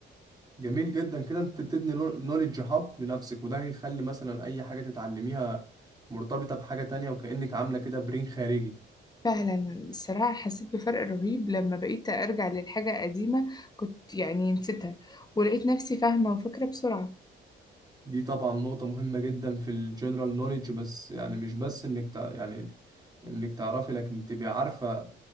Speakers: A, on the right (about 20°); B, on the left (about 20°).
A: جميل جدا كده انت بتبني نوليدج هاب لنفسك وده هيخلي مثلا اي حاجة تتعلميها مرتبطة بحاجة تانية وكأنك عاملة كده برين خارجي
B: فعلا الصراحة حسيت بفرق رهيب لما بقيت أرجع للحاجة قديمة كنت يعني نسيتها ولقيت نفسي فاهمة وفاكرة بسرعة
A: دي طبعا نقطة مهمة جدا في الجنرال نوليدج بس يعني مش بس انك تع... يعني انك تعرفي لكن تبقي عارفة